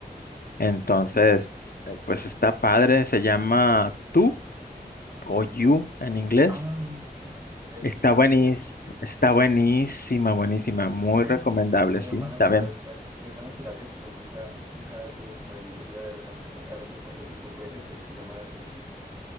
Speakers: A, on the left (about 70°); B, on the right (about 20°).
A: Entonces,
B: sí.
A: eh, pues está padre, se llama Tú o You en inglés.
B: Ah, sí, sí, he escuchado
A: Está buenísima,
B: de ella, sí, You.
A: está buenísima, buenísima, muy
B: Sí,
A: recomendable,
B: mi
A: sí,
B: hermana
A: también.
B: se la está- mi hermana se la vio, pero nunca, nunca tuve como la iniciativa de vérmela, pero ahora que me cuentas un poco de ella, pues me llama la atención.